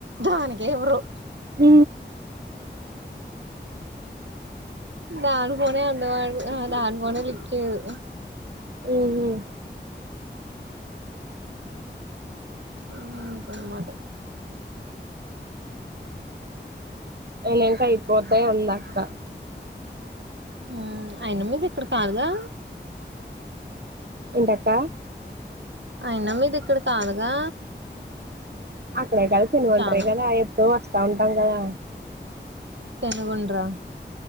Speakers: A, on the right (about 75°); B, on the right (about 60°).
A: దానికె ఇవ్వరూ
B: ది
A: దారు పోనే అందవాడు ఆ దాని ఫోనే లిఫ్ట్ చేయదు
B: ఉహు
A: ఊ అనుమాట
B: నేను ఇంకా అయిపోతాయి అందక్క
A: ఉ అయినా మీది ఇక్కడ కాదుగా
B: ఏంటక్క
A: అయినా మీది ఇక్కడ కాదుగా
B: అక్కడే కదా తినువంటరు
A: చాలా
B: కదా ఎప్పుడో వస్తా ఉంటాం కదా
A: పెనుగొండ రా